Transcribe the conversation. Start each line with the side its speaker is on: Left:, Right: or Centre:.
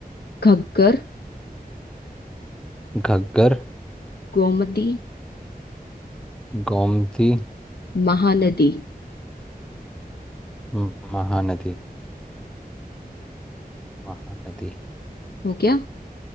Left: घग्गर
Centre: घग्गर
Left: गोमती
Centre: गोमती
Left: महानदी
Centre: म- महानदी महानदी
Left: हो गया